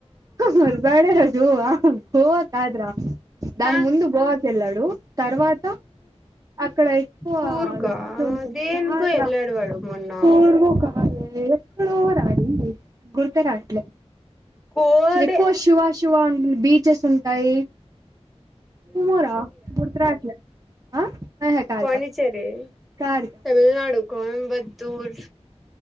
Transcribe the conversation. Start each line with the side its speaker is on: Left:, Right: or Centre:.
Right: మర్ బాడే రాజు గోవ కాద్ర దాని
Centre: ఆ
Right: ముందు బ్రో వా ఎళ్ళాడు తర్వాత అక్కడ ఎక్కువ
Centre: కూర్గా
Right: ఇ ఉంటుంది
Centre: దేనికో
Right: కాద్ర
Centre: వెళ్ళాడు వాడు మొన్న
Right: కోరుగు కాలే ఎక్కడోర అది గుర్తు రాట్లే
Centre: కోడే
Right: ఎక్కువ శువా శువా ఉంట బీచెస్ ఉంటాయి ఏమో ర గుర్తు రాట్లే ఆ ఆహా కాదు
Centre: పాండిచెర్రీ
Right: కాదు కాదు
Centre: తమిళనాడు కోయంబత్తూర్